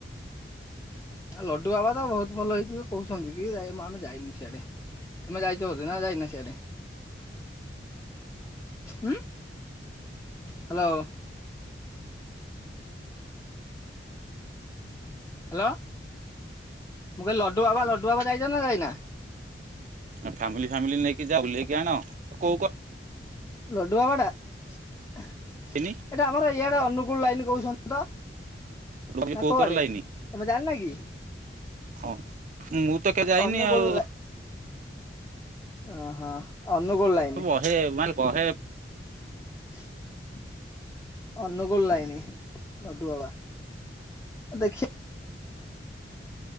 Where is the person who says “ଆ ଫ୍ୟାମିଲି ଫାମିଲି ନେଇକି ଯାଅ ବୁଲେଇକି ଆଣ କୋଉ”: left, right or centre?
Right